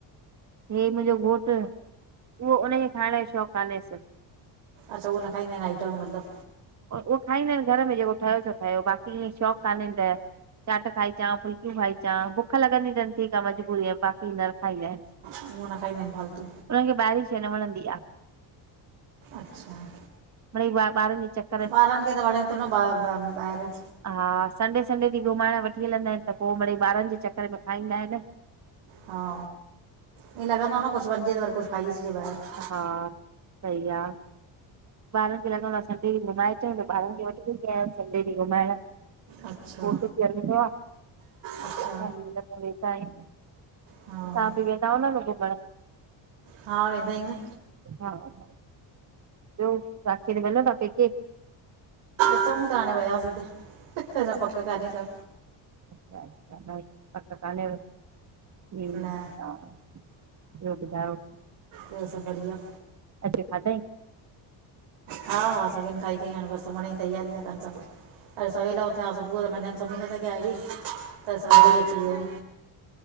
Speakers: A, on the right; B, on the right.
A: हे मुंहिंजो घोटु उहो उनखे खाइण जो शौंक़ कोन्हे स।
B: अच्छा उह न खाईंदा आहिन आइटम मतलब।
A: उहो खाईंदा आहिनि घर में जेको ठहियो सो ठहियो बाक़ी ईअं शौंक़ कान्हे त चाट खाईचां फुल्कियूं खाई अचां बुख लॻंदी अथनि ठीक आ मजबूरी बाक़ी न खाईंदा आहिन।
B: हुअ न खाईंदा आहनि फालतू।
A: हुन खे ॿारी शइ न वणंदी आ।
B: अच्छा
A: मिॾई ॿारनि जे चक्कर
B: ॿारनि खे त वणे थो न ॿाहिरियों।
A: हा संडे -संडे ॾींह घुमाइण वठी हलंदा आहिन त पोइ वरी ॿारनि जे चक्कर में खाईंदा आहिन।
B: हा ईअं लॻंदो आहे न कुझु वञिजे त वरी कुझु खाई अचिजे ॿाहिरि।
A: हा सही आ ॿारनि खे लॻंदो आ। संडे ॾींह घुमाए अच त ॿारनि खे वठी वेंदी आहियां संडे ॾींह घुमाइण
B: अच्छा
A: पोइ घर वञिणों आ,
B: अच्छा
A: असां बि हिन सां वेठा आहियूं।
B: हा
A: असां बि वेंदा आहियूं न गॾु घुमण।
B: हा, वेंदा आहियूं न।
A: हा हा, ॿियो राखी ते मिलंदौ पेके।
B: <unintelligible> पक काने का।
A: अच्छा अच्छा, पक कन्हेव, ठीक
B: न
A: आ। ॿियो ॿुधायो?
B: ॿियो सब बढ़िया।
A: अची खादईं?
B: हा हा, सभिनि खाई खईं आ, बसि सुम्हण जी तैयारी ता कनि सभु, अञु सवेल उथ् छा सुबुह त मझंदि <unintelligible> त असां
A: हा
B: इही अची विया।